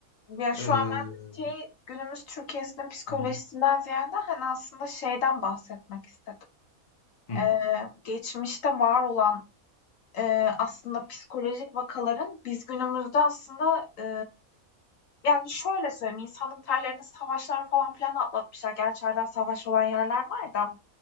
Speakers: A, on the left (about 70°); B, on the left (about 45°).
A: Ya şu
B: eee,
A: an ben şey, günümüz Türkiye'sinin psikolojisinden
B: hı
A: ziyade hani aslında şeyden bahsetmek istedim.
B: hı.
A: Ee, geçmişte var olan e, aslında psikolojik vakaların biz günümüzde aslında e, yani şöyle söyleyeyim insanlık tarihlerinde savaşlar falan filan atlatmışlar. Gerçi hala savaş olan yerler var da.